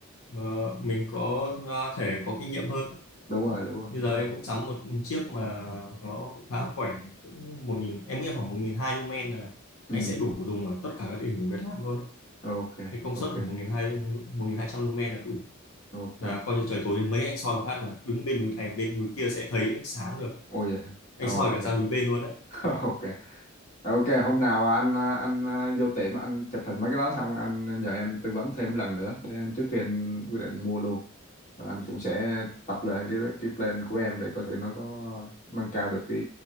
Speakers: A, on the left; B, on the left.
A: Ờ, mình có ờ, thể có kinh nghiệm hơn
B: đúng rồi
A: Đó.
B: đúng rồi
A: như
B: đúng
A: giờ
B: rồi
A: em cũng sắm một chiếc mà nó cũng khá khỏe cũng một nghìn em nghĩ khoảng một nghìn hai lumen là anh
B: ừ
A: sẽ đủ dùng ở tất cả các địa hình của Việt Nam luôn đấy.
B: ok
A: cái công
B: ok
A: suất của một nghìn hai trăm một nghìn hai trăm lumen là đủ
B: ok
A: là coi như trời tối đến mấy anh soi một phát là đứng bên núi này bên núi kia sẽ thấy sáng được
B: ôi vậy hả?
A: anh
B: ok
A: soi cả sang núi bên luôn đấy
B: <laughs> ok ok hôm nào anh ờ, anh ờ, vô tiệm anh chụp hình mấy cái đó xong anh nhờ em tư vấn thêm lần nữa để anh- trước khi anh quyết định mua luôn Và anh cũng sẽ tập lên cái cái plan của em để coi thử nó có nâng cao được cái